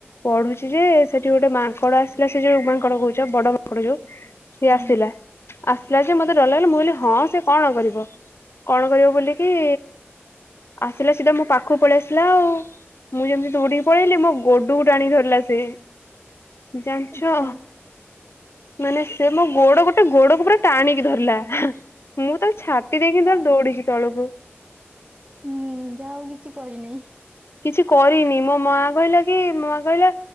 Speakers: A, on the left (about 65°); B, on the right (about 30°).
A: ପଢୁଚି ଯେ ସେଠି ଗୋଟେ ମାଙ୍କଡ ଆସିଲା ସେ ଯୋଉ ମାଙ୍କଡ କହୁଚ ବଡ ମାଙ୍କଡ ଯୋଉ। ସିଏ
B: ହୁଁ
A: ଆସିଲା। ଆସିଲା ଯେ ମତେ ଡର ଲାଗିଲା ମୁଁ କହିଲି ହଁ ସେ କଣ କରିବ କଣ କରିବ ବୋଲି କି ଆସିଲା ସିଧା ମୋ ପାଖକୁ ପଲେଇ ଆସିଲା ଆଉ। ମୁଁ ଯେମିତି ଦୋଡିକି ପଳେଇଲି ମୋ ଗୋଡକୁ ଟାଣି ଧରିଲା ସେ। ଜାଣିଚ
B: ଆଚ୍ଛା
A: ମାନେ ସେ ମୋ ଗୋଡକୁ ସେ ଗୋଡକୁ ପୁରା ଟାଣିକି ଧରିଲା ମୁଁ ତାକୁ ଛାଟି ଦେଇକି ସିଧା ଦୌଡିଛି ତଳକୁ।
B: ମୁଁ ଯା ହଉ କିଛି କରିନି।
A: କିଛି କରିନି ମୋ ମା କହିଲା କି ମା କହିଲା